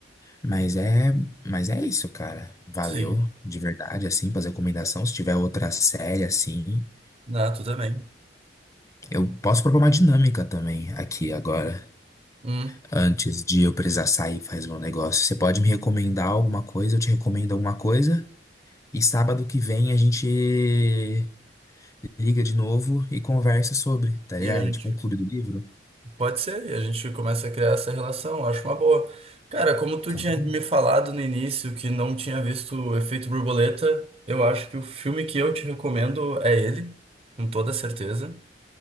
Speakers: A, on the left; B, on the right.
A: mas é, mas é isso, cara. Valeu
B: Sim.
A: de verdade, assim, fazer recomendação. Se tiver outra série, assim,
B: Ah, tu também.
A: eu posso propor uma dinâmica também aqui agora.
B: Hum.
A: antes de eu precisar sair fazer um negócio. Você pode me recomendar alguma coisa, eu te recomendo alguma coisa. E sábado que vem a gente liga de novo e conversa sobre, tá
B: E
A: ligado?
B: a
A: Tipo
B: gente.
A: um clube do livro.
B: Pode ser, e a gente começa a criar essa relação, eu acho uma boa. Cara, como tu
A: Claro.
B: tinha me falado no início que não tinha visto o Efeito Borboleta, eu acho que o filme que eu te recomendo é ele, com toda certeza.